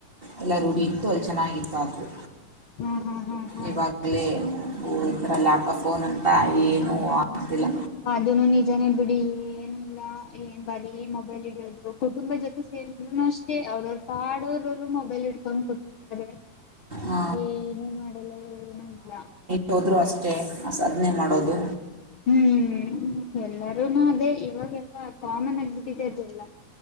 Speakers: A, on the right; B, on the left.
A: ಎಲ್ಲ ರೂಢಿ ಇತ್ತು ಅಲ್ ಚೆನ್ನಾಗಿತ್ ಆದ್ರು
B: ಹಾ ಹಾ ಹಾ ಹ್
A: ಈವಾಗಲೇ ಓ ಈ ಥರ ಲ್ಯಾಪ್ಟಾಪ್ ಫೋನ್ ಅಂತ ಏನೂ ಆಗ್ತಿಲ್ಲ.
B: ಅದನು ನಿಜನೇ ಬಿಡಿ ಏನು ಲ್ಲ ಏನ್ ಬರೀ ಮೊಬೈಲ್ ಹಿಡಿಯೋದು ಕುಟುಂಬದ್ ಜೊತೆ ಸೇರಿದ್ರುನು ಅಷ್ಟೇ ಅವ್ರವ್ರ್ ಪಾಡು ಅವ್ರವ್ರ್ ಮೊಬೈಲ್ ಇಡ್ಕೊಂಡ್ ಕು ತ್ತಾರೆ
A: ಆ,
B: ಏನು ಮಾಡಲ್ಲ ಏನು ಇಲ್ಲ
A: ಹೋದ್ರೂ ಅಷ್ಟೇ ಆಸ್ ಅದ್ನೇ ಮಾಡೋದು.
B: ಹ್ಮ್ ಎಲ್ಲರೂನು ಅದೇ ಇವಾಗೆಲ್ಲ ಕಾಮನ್ ಆಗ್ಬಿಟ್ಟಿದೆ ಅದೆಲ್ಲ.